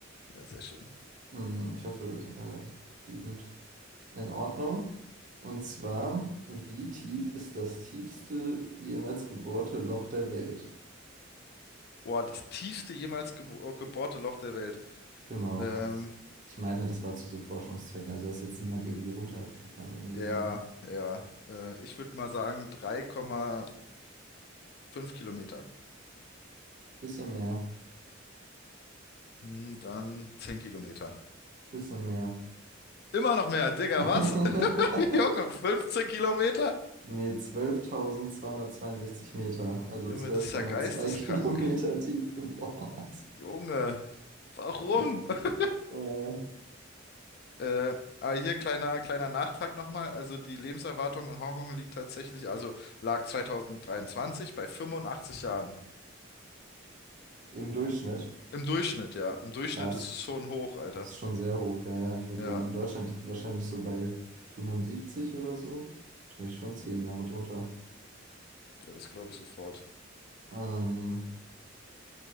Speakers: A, on the left; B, on the right.
A: Ja, sehr schön.
B: Hm, Ich hoffe, äh, die sind In Ordnung. Und zwar, wie tief ist das tiefste jemals gebohrte Loch der Welt?
A: Boah, das tiefste jemals gebo gebohrte Loch der Welt.
B: Genau.
A: Ähm,
B: Ich meine, das war zu so Forschungszwecken. Also da ist jetzt niemand irgendwie runtergegangen oder
A: ja,
B: so, aber
A: ja. Äh, ich würde mal sagen 3,5 Kilometer.
B: bisschen mehr.
A: Hm, Dann 10 Kilometer.
B: Bisschen mehr.
A: Immer noch mehr, Digga,
B: <laughs>
A: was? <laughs> Junge, 15 Kilometer?
B: Nee, 12.262 Meter, also
A: Junge,
B: 12,2
A: das ist ja geisteskrank.
B: <laughs> Kilometer tief gebohrt.
A: Junge, warum?
B: Ja.
A: <laughs>
B: Äh,
A: Äh, aber hier kleiner, kleiner Nachtrag nochmal. Also die Lebenserwartung in Hongkong liegt tatsächlich, also lag 2023 bei 85 Jahren.
B: Im Durchschnitt.
A: Im Durchschnitt, ja. Im Durchschnitt
B: Krass.
A: ist es schon hoch, Alter.
B: Ist schon sehr hoch, ja, ja. Ich würde
A: Ja,
B: sagen, in Deutschland liegt die wahrscheinlich so bei 75 oder so. Wahrscheinlich schon zehn Jahre drunter.
A: ja, das glaube ich sofort.
B: Ähm,